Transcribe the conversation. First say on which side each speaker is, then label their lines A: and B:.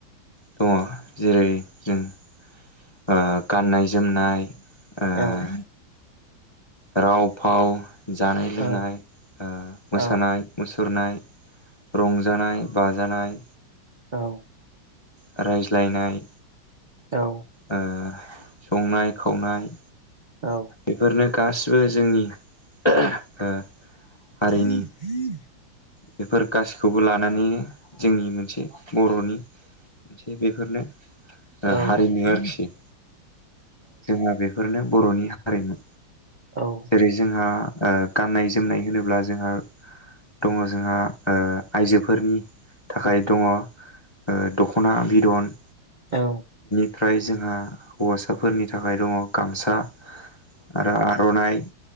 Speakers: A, on the left; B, on the right.
A: दङ जेरै जों ओ गाननाय जोमनाय ओ
B: औ
A: राव फाव जानाय लोंनाय
B: औ
A: ओ मोसानाय
B: औ
A: मुसुरनाय रंजानाय बाजानाय
B: औ
A: ओ रायज्लायनाय
B: औ
A: ओ संनाय खावनाय
B: औ
A: बिफोरनो गासिबो जोंनि ओह ओ
B: <inaudible>
A: हारिनि बेफोर गासैखौबो लानानैनो जोंनि मोनसे बर'नि मोनसे बेफोरनो
B: औ
A: हारिमु आरोखि जोंहा बेफोरनो बर'नि हारिमु
B: औ
A: जेरै जोंहा ओ गाननाय जोमनाय होनोब्ला जोंहा दङ जोंहा ओ आइजोफोरनि थाखाय दङ ओ द'ख'ना बिदन
B: औ
A: ओमफ्राय जोंहा हौवासाफोरनि थाखाय दङ गामसा आरो आर'नाइ